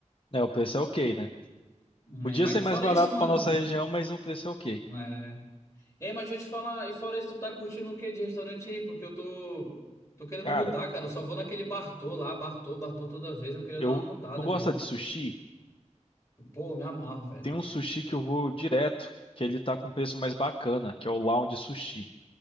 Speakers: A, on the left; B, on the left.
A: É, o preço é ok, né? Podia
B: É, mas
A: ser mais
B: fora
A: barato
B: isso, mano.
A: pra nossa região, mas o preço é ok.
B: é, Ei, mas deixa eu te falar, e fora isso, tu tá curtindo o quê de restaurante aí? Porque eu tô. Tô querendo
A: Cara,
B: mudar, cara. Eu só vou naquele Bartô lá, Bartô, Bartô toda vez. Eu queria
A: eu...
B: dar uma mudada,
A: Tu gosta
B: velho.
A: de sushi?
B: Pô, me amarro, velho.
A: Tem um sushi que eu vou direto, que ele tá com preço mais bacana, que é o Lounge Sushi.